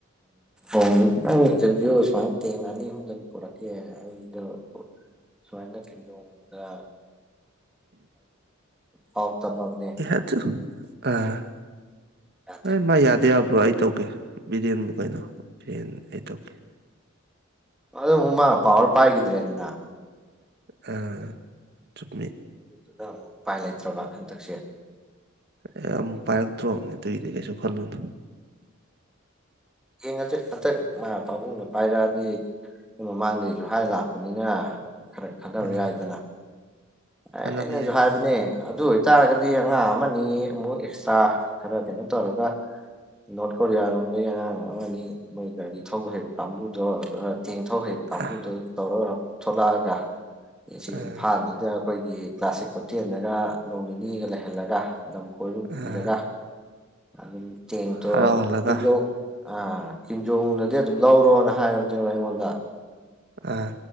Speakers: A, in the centre; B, on the right (about 55°).
A: ꯣꯡ ꯌꯦꯡꯟꯕꯤ ꯁꯨꯃꯥꯏ ꯇꯦꯡ ꯑꯅꯤ ꯑꯍꯨꯝꯗ ꯄꯨꯔꯛꯀꯦ ꯑꯩꯗꯣ ꯁꯋꯥꯏꯉ ꯆꯤꯟꯣꯡ ꯁ ꯄꯥꯎ ꯇꯝꯃꯕꯅꯦ
B: ꯏꯍꯁꯨꯣ ꯑꯥ
A: ꯌꯥꯗꯦ
B: ꯑ ꯃꯥ ꯌꯥꯗꯦ ꯑꯕ꯭ꯔ ꯑꯩ ꯇꯧꯒꯦ ꯕꯤꯔꯌꯥꯦꯟꯕꯨ ꯀꯩꯅꯣ ꯕꯤꯔꯌꯥꯟ ꯑꯩ ꯇꯧꯒꯦ
A: ꯑꯗꯣ ꯎꯃ ꯄ ꯍꯔꯄꯥ ꯍꯥꯏꯒꯗ꯭ꯔꯦ ꯑꯗꯨꯗꯅ
B: ꯑ ꯆꯨꯠ
A: ꯑꯗꯨꯗꯨꯅ ꯑꯃꯨꯛ ꯎꯄꯥꯏ ꯂꯩꯇ꯭ꯔꯕ ꯍꯟꯗꯛꯁꯦ
B: ꯑ ꯑꯃꯛ ꯄꯥꯏꯔꯛꯛꯇ꯭ꯔꯣꯑꯝꯅꯤ ꯇꯏꯗꯦꯁꯨ ꯈꯜꯅ
A: ꯍꯦꯡꯁ ꯍꯟꯇꯛ ꯄꯥꯕꯨꯡꯗ ꯄꯥꯏꯔꯛꯑꯗꯤ ꯃꯃꯥꯡꯗꯒꯤꯁꯨ ꯍꯥꯏ ꯂꯥꯛꯄꯅꯤꯅ ꯈꯔ ꯈꯟꯊꯕ
B: ꯑꯥ
A: ꯌꯥꯏꯗꯅ ꯑꯦ
B: ꯈꯟꯅꯕ
A: ꯑꯩꯅꯁꯨ
B: ꯌꯥꯏ
A: ꯍꯥꯏꯕꯅꯦ ꯑꯗꯨ ꯑꯣꯏꯇꯥꯔꯒꯗꯤ ꯑꯉꯥꯡ ꯑꯃꯅꯤ ꯑꯃꯨꯛ ꯑꯦꯛꯁꯇ꯭ꯔꯥ ꯈꯔ ꯀꯩꯅꯣ ꯇꯧꯔꯒ ꯅꯣꯔꯠ ꯀꯣꯔꯤꯌꯥꯔꯝꯒ ꯑꯉ ꯑꯃꯅꯤꯅꯤ ꯃꯣꯏ ꯒꯥꯔꯤ ꯊ ꯍꯥꯏꯕ ꯀꯥꯡꯝꯕꯨꯗ ꯆꯦꯡ ꯊꯧ ꯍꯩꯔꯤꯕ ꯀꯥꯡꯕꯨꯗꯨ
B: ꯑꯥ
A: ꯇꯧꯔꯒ ꯊꯣꯛꯂꯛꯑꯒ ꯁꯤ
B: ꯑꯥ
A: ꯏꯝꯐꯥꯜꯁꯤꯗ ꯑꯩꯈꯣꯏꯒꯤ ꯀ꯭ꯂꯥꯁꯤꯛ ꯍꯣꯇꯦꯜꯗꯒ ꯅꯣꯡ ꯅꯤꯅꯤꯒ ꯂꯩꯍꯜꯂꯒ ꯂꯝ ꯀꯣꯏꯕ ꯄꯨꯕꯤꯔꯒ
B: ꯑꯥ
A: ꯑꯗꯨꯝ ꯇꯦꯡꯇꯣ
B: ꯍꯔꯥꯎꯍꯜꯂꯒ
A: ꯇꯤꯟꯣ ꯑꯥ ꯀꯤꯝꯖꯣꯅꯗꯤ ꯑꯗꯨꯝ ꯂꯧꯔꯣꯅ ꯍꯥꯏꯕꯅꯦꯕ ꯑꯩꯉꯣꯟꯗ
B: ꯑꯥ